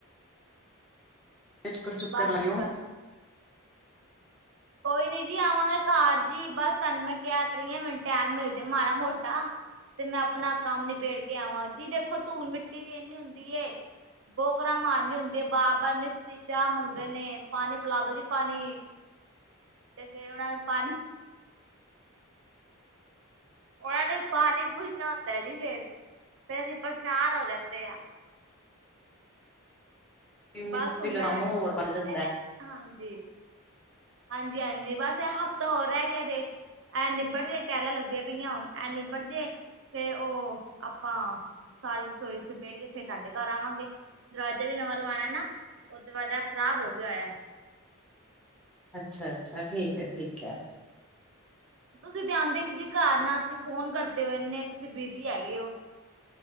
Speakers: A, in the centre; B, on the right.
A: ਚੱਕਰ ਚੁੱਕਰ
B: ਬਸ
A: ਲਾਇਓ
B: ਜੀ ਬਸ ਕੋਈ ਨੀ ਜੀ ਆਵਾਂਗੇ ਕਘਾਰ ਜੀ ਬਸ ਤਾਨੂੰ ਮੈਂ ਕੈ ਤੇ ਰਈਆਂ ਮਿਨ ਟੈਮ ਮਿਲ ਜੇ ਮਾੜਾ ਮੋਟਾ। ਤੇ ਮੈਂ ਅਪਣਾ ਕੰਮ ਨਿਬੇੜ ਕੇ ਆਵਾਂ ਜੀ ਦੇਖੋਂ ਧੂਲ ਮਿੱਟੀ ਵੀ ਏਨੀ ਹੁੰਦੀ ਏ ਬੋਕਰਾਂ ਮਾਰਨੀ ਹੁੰਦੀ ਏ ਬਾਰ ਬਾਰ ਮਿਸਤਰੀ ਚਾ ਮੰਗਦੇ ਨੇ ਪਾਨੀ ਪਿਲਾ ਦੋ ਜੀ ਪਾਨੀ ਤੇ ਫ਼ੇਰ ਓਨਾ ਨੂੰ ਪਾਣੀ ਓਨਾਂ ਨੂੰ ਪਾਨੀ ਪੁਛਨਾ ਹੁੰਦਾ ਏਜੀ ਫ਼ੇਰ ਅਸੀ ਪਰੇਸ਼ਾਨ ਹੋ ਜਾਂਦੇ ਆ।
A: ਮਿਸਤਰੀ
B: ਬਸ ਹੁਨ‌ ਮੈਂ
A: ਦਾ ਕੰਮ ਹੋਰ ਵੱਧ ਜਾਂਦਾ।
B: ਅਰੇ ਹਾਂਜੀ ਹਾਂਜੀ ਹਾਂਜੀ, ਬਸ ਐ ਹਫ਼ਤਾ ਹੋਰ ਰੈ ਗੇਆ ਜੇ। ਐ ਨਿਬੜ ਜੇ ਟੈਲਾਂ ਲੱਗਦੀਆਂ ਪਈਆਂ ਹੁਨ। ਐ ਨਿਬੜ ਜੇ ਤੇ ਓ ਆਪਾਂ ਸਾਰੀ ਰਸੋਈ ਸਮੇਟ ਕੇ ਫ਼ੇਰ ਤਾਡੇ ਘਰ ਆਵਾਂਗੇ। ਦਰਵਾਜਾ ਵੀ ਨਵਾਂ ਲਵਾਣਾ ਐਨਾ ਓਤੋਂ ਬਾਦ, ਐ ਖ਼ਰਾਬ ਹੋ ਗੇਆ ਹੋਏਐ।
A: ਅੱਛਾ ਅੱਛਾ ਠੀਕ ਐ ਠੀਕ ਐ।
B: ਤੁਸੀ ਤੇ ਆਂਦੇ ਨੀ ਜੀ ਘਰ ਨਾ ਤੁਸੀ ਫ਼ੋਨ ਕਰਦੇ ਓ। ਏਨੇ ਤੁਸੀ ਬਿਜ਼ੀ ਹੈਗੇ ਓ।